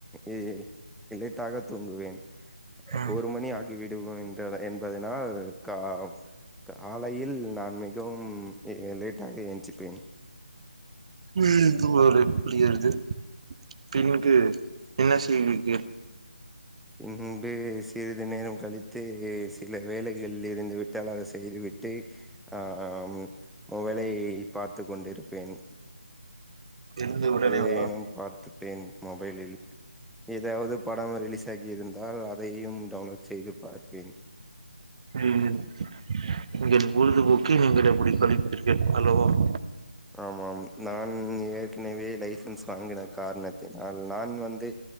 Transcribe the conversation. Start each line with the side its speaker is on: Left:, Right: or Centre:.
Centre: இ லேட்டாக தூங்குவேன்
Right: ம்
Centre: ஒரு மணி ஆகி விடுவோ என்ற என்பதனால் கா காலையில் நான் மிகவும் எ லேட்டாக எஞ்சிப்பேன்
Right: ம் ஒரு புரியருது பின்கு என்ன செய்வீங்க
Centre: பின்பு சிறிது நேரம் கழித்து சில வேலைகள் இருந்து விட்டால் அத செய்துவிட்டு ஆ ஆ ம் மொபைலை பாத்து கொண்டுருப்பேன்
Right: எழுந்த உடனேவா
Centre: ஏதேனும் பார்த்துப்பேன் மொபைலில் ஏதாவது படம் ரிலீஸ் ஆகி இருந்தால் அதையும் டவுன்லோட் செய்து பார்ப்பேன்
Right: ம் நீங்கள் பொழுதுபோக்கு நீங்கள் எப்டி கழிப்பீர்கள் அல்லவா சொல்லவும்
Centre: ஆமாம் நான் ஏற்கனவே லைசன்ஸ் வாங்கின காரணத்தினால் நான் வந்து